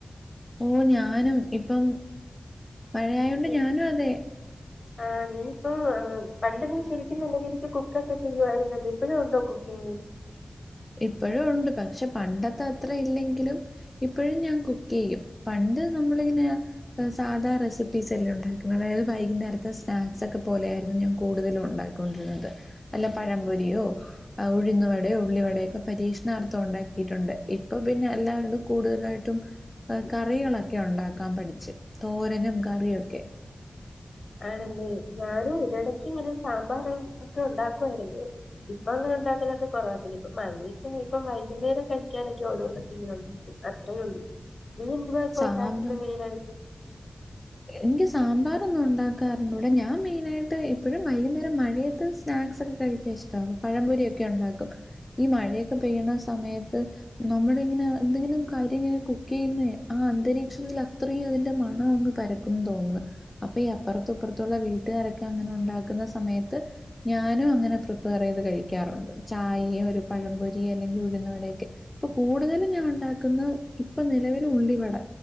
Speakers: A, on the left (about 20°); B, on the left (about 60°).
A: ഓ ഞാനും ഇപ്പം മഴയായോണ്ട്
B: നീ
A: ഞാനും അതെ
B: ആ നീ ഇപ്പം പണ്ട് നീ ശരിക്കും നല്ല രീതിക്ക് കുക്കൊക്കെ ചെയ്യുവായിരുന്നല്ലോ ഇപ്പോഴും ഉണ്ടോ കുക്കിംങ്ങ്
A: ഇപ്പഴും ഉണ്ട്. പക്ഷെ പണ്ടത്തെ അത്ര ഇല്ലെങ്കിലും ഇപ്പോഴും ഞാൻ കുക്ക് ചെയ്യും പണ്ട് നമ്മളിങ്ങനെ സാധാ റെസിപ്പീസ് എല്ലാം ഉണ്ടാക്കുന്നത് അതായത് വൈകുന്നേരത്തെ സ്നാക്സ് ഒക്കെ പോലെ ആയിരുന്നു ഞാൻ കൂടുതലും ഉണ്ടാക്കി ക്കൊണ്ടിരുന്നത് വല്ല പഴംപൊരിയോ ഉഴുന്നുവടയോ ഉള്ളിവടയോ പരീക്ഷണാർത്ഥം ഉണ്ടാക്കിയിട്ടുണ്ട് ഇപ്പൊ പിന്നെ എല്ലാവടും കൂടുതലായിട്ടും കറികളൊക്കെ ഉണ്ടാക്കാൻ പഠിച്ച് തോരനും കറിയും ഒക്കെ
B: ആണല്ലേ ഞാനും ഒരിടക്ക് ഇങ്ങനെ സാമ്പാറ് ഒക്കെ ഉണ്ടാക്കുവായിരുന്നു ഇപ്പൊ അങ്ങനെ ഉണ്ടാക്കലൊക്കെ കുറവാ ഇപ്പ മഴയൊക്കെ ആയപ്പം വൈകുന്നേരം കഴിക്കാനൊക്കെ ഓരോന്നൊക്ക ഇങ്ങനെ ഉണ്ടാക്കും അത്രേ ഉള്ളു നീ എന്തുവാ ഇപ്പ
A: സാമ്പാർ
B: ഉണ്ടാക്കുന്ന മെയിന് ആയിട്ട്
A: എനിക്ക് സാമ്പാറൊന്നും ഉണ്ടാക്കാ അറിഞ്ഞൂട ഞാൻ മെയിന് ആയിട്ട് ഇപ്പോഴും വൈകുന്നേരം മഴയത്ത് സ്നാക്സ് ഒക്കെ കഴിക്കാൻ ഇഷ്ടമാ പഴംപൊരി ഒക്കെ ഉണ്ടാക്കും ഈ മഴയൊക്കെ പെയ്യണ സമയത്ത് നമ്മള് ഇങ്ങനെ എന്തെങ്കിലും കാര്യം ഇങ്ങനെ കുക്ക് ചെയ്യുന്ന ആ അന്തരീക്ഷത്തിൽ അത്രയും അതിന്റെ മണം അങ്ങ് പരക്കും തോന്ന് അപ്പൊ ഈ അപ്പുറത്തുംഇപ്പുറത്തുള്ള വീട്ടുകാരൊക്കെ അങ്ങനെ ഉണ്ടാക്കുന്ന സമയത്ത് ഞാനും അങ്ങനെ പ്രിപ്പയർ ചെയ്ത് കഴിക്കാറുണ്ട് ചായേം ഒരു പഴംപൊരി അല്ലെങ്കിൽ ഉഴുന്നവടയൊക്കെ ഇപ്പൊ കൂടുതലും ഞാൻ ഉണ്ടാക്കുന്ന ഇപ്പൊ നിലവിൽ ഉള്ളിവട